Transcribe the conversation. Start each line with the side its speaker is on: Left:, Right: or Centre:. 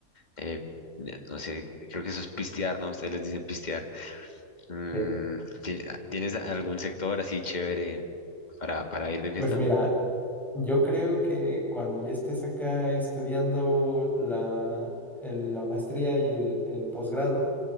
Left: eh, de- no sé, creo que eso es pistear, ¿no? Ustedes les dicen pistear. Mm,
Centre: sí.
Left: ¿ti- ¿tienes algún sector así chévere para, para ir de fiesta?
Centre: Pues mira, Yo creo que cuando ya estés acá estudiando la, el- la maestría y el, el posgrado,